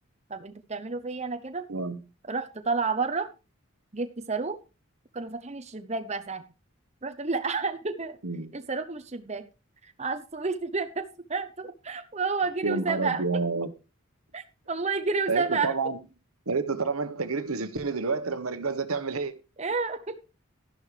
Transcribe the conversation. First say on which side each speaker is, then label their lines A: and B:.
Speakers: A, on the right; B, on the right.
A: طب انتوا بتعملوا فيا أنا كده
B: آه.
A: رحت طالعة بره جبت صاروخ كانوا فاتحين الشباك بقى ساعتها رحت ملقحة <laughs>
B: مم.
A: الصاروخ من الشباك على الصويت اللي انا سمعته وهو جري
B: يا
A: وسابها
B: نهار أبيض
A: <laughs> والله جري وسابها
B: قالت له طبعا قالت له طالما أنت جريت وسبتني دلوقتي لما الجوازة تعمل إيه؟
A: إيه؟